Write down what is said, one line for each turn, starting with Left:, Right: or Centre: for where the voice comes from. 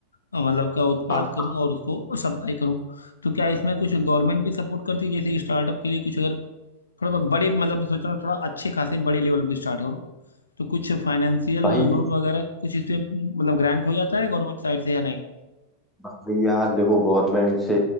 Left: अ, मतलब का उत्पाद
Centre: हाँ
Left: करूँ और उसको सप्लाई करूँ तो क्या इसमें कुछ गवर्नमेंट भी सपोर्ट करती है जैसे स्टार्टअप के लिए कुछ अगर थोड़ा बड़े मतलब सोच रहा हूँ थोड़ा अच्छे खासे बड़े लेवल पे स्टार्ट करूँ तो कुछ फाइनेंशियल
Centre: भाई
Left: लोन वगैरह कुछ इसमें मतलब ग्रांट हो जाता है गवर्नमेंट साइड से या नहीं
Centre: भाई यार देखो गवर्नमेंट से